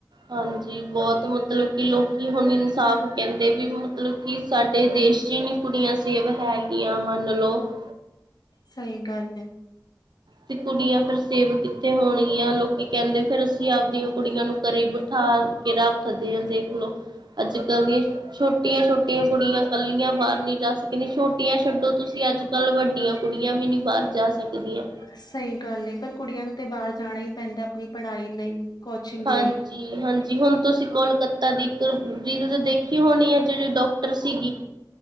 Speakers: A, on the right (about 75°); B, on the left (about 65°).
A: ਹਾਂਜੀ, ਬੋਤ ਮਤਲਬ ਕਿ ਲੋਕੀ ਹੁਨ ਇਨਸਾਫ਼ ਕੈਂਦੇ ਵੀ ਮਤਲਬ ਕਿ ਸਾਡੇ ਦੇਸ਼ ਚ ਈ ਨੀ ਕੁੜੀਆਂ ਸੇਵ ਹੈਗੀਆਂ ਮੰਨ ਲਓ -
B: ਸਈ ਗੱਲ ਏ।
A: ਤੇ ਕੁੜੀਆਂ ਫੇਰ ਸੇਵ ਕਿੱਥੇ ਹੋਣਗੀਆਂ, ਲੋਕੀ ਕੈਂਦੇ ਫੇਰ ਅਸੀਂ ਆਪਦੀਆਂ ਕੁੜੀਆਂ ਨੂੰ ਘਰੇ ਬਿਠਾ ਕੇ ਰੱਖਦੇ ਆ ਦੇਖਲੋ। ਅੱਜ ਕੱਲ੍ਹ ਦੀ - ਛੋਟੀਆਂ-ਛੋਟੀਆਂ ਕੁੜੀਆਂ ਕੱਲੀਆਂ ਬਾਅਰ ਨੀ ਜਾ ਸਕਨੀ, ਛੋਟੀਆਂ ਛੱਡੋ ਤੁਸੀਂ ਅੱਜ- ਕੱਲ ਵੱਡੀਆਂ ਕੁੜੀਆਂ ਵੀ ਨੀ ਬਾਅਰ ਜਾ ਸਕਦੀਆਂ।
B: ਸਈ ਗੱਲ ਏ, ਪਰ ਕੁੜੀਆਂ ਨੂੰ ਤੇ ਬਾਅਰ ਜਾਣਾ ਈ ਪੈਂਦੈ ਅਪਨੀ ਪੜ੍ਹਾਈ ਲਈ। ਕੋਚਿੰਗ
A: ਹਾਂਜ
B: ਲਈ
A: ਜੀ- ਹਾਂਜੀ, ਹੁਨ ਤੁਸੀਂ ਕੋਲਕਾਤਾ ਦੀ ਇੱਕ ਰੀਲਜ਼ ਦੇਖੀ ਹੋਣੀ ਐ ਜੇੜੀ ਡਾਕਟਰ ਸੀਗੀ।